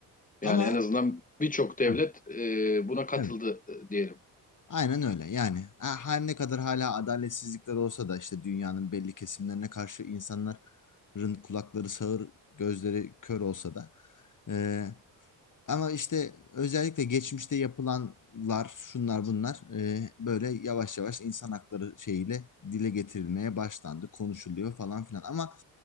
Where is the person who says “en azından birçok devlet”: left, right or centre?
Left